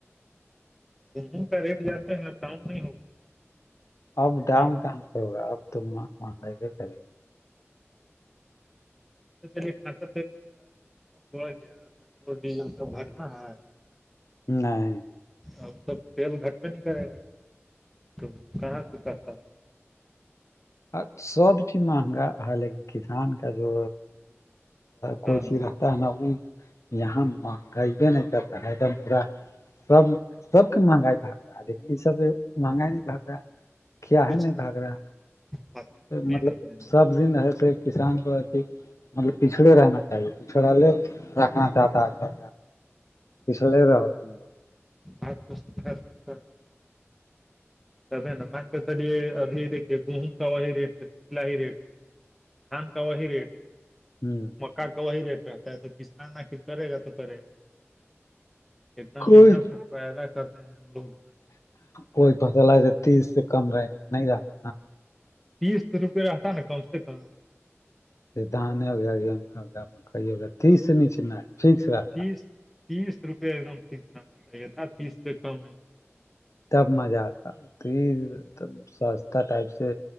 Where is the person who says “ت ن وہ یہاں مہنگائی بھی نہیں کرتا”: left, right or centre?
Left